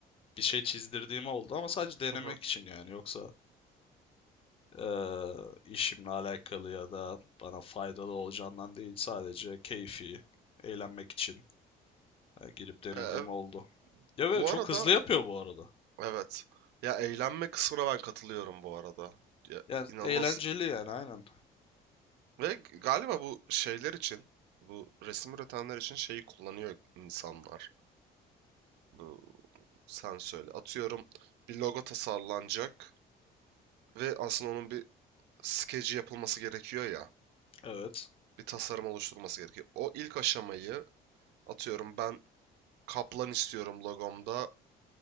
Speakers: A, on the left; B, on the right.
A: Bir şey çizdirdiğim oldu ama sadece denemek
B: Hı hı.
A: için yani. Yoksa eee, işimle alakalı ya da bana faydalı olacağından değil. Sadece keyfi, eğlenmek için e, girip denediğim
B: E, e,
A: oldu. Ya
B: bu
A: ve çok
B: arada
A: hızlı yapıyor bu arada.
B: evet. Ya eğlenme kısmına ben katılıyorum bu arada. Ya,
A: Yani
B: inanılmaz.
A: eğlenceli yani aynen.
B: Ve g- galiba bu şeyler için, bu resim üretenler için şeyi kullanıyor insanlar. Bu sen söyle. Atıyorum bir logo tasarlanacak ve aslında onun bir skeci yapılması gerekiyor ya.
A: Evet.
B: Bir tasarım oluşturulması gerekiyor. O ilk aşamayı atıyorum ben kaplan istiyorum logomda.